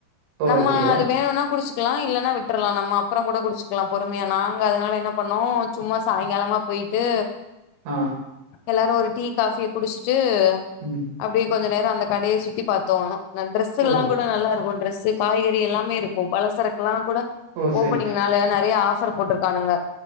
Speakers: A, on the right (about 75°); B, on the left (about 85°).
A: ஓ!
B: நம்ம
A: ஓகே.
B: அது வேணுன்னா குடிச் க்லா இல்லன்னா விட்றலா நம்ம அப்றங்கூட குடிச்சுக்லா பொறுமயா நாங்க அதுனால என்ன பண்ணோ சும்மா சாய்ங்காலமா பொய்ட்டு
A: அ
B: எல்லாரு ஒரு டீ காஃபிய குடிஷ்ட்டு
A: ம்
B: அப்டி கொஞ்ச நேரோ அந்த கடய சுத்தி பாத்தோ நா டிரெஸ்ஸுல்லா
A: ஓ!
B: கூட் நல்லாருக்கு ட்ரெஸ்ஸு காய்கறி எல்லாமே இருக்கு பலசரக்குல்லா கூட
A: ஓ! சரி.
B: ஓப்பனிங்னால நறைய ஆஃபர் போட்ருக்கானுங்க